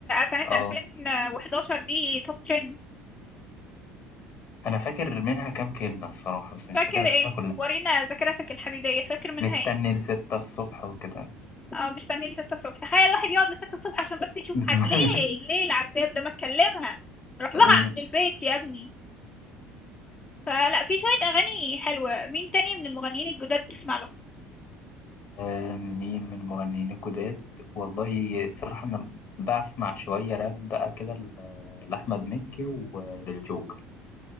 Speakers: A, on the left; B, on the left.
A: سنه
B: اه
A: 2011 دي توب 10
B: انا فاكر منها كام كلمه الصراحه بس مش
A: فاكر
B: فاكرها
A: ايه
B: كلها
A: ورينا ذاكرتك الحديديه فاكر منها
B: مستني
A: ايه
B: لستة الصبح وكده
A: اه مستني لستة الصبح تخيل واحد يقعد لستة الصبح عشان بس يشوف
B: <laughs>
A: حد ليه ليه العذاب ده ما تكلمها روح لها
B: مش
A: عند البيت يا ابني فلا في شوية أغاني حلوة مين تاني من المغنيين الجداد تسمع لهم
B: آه، مين من المغنيين الجداد والله صراحة أنا بسمع شوية راب بقى كده ل- لأحمد مكي وللجوكر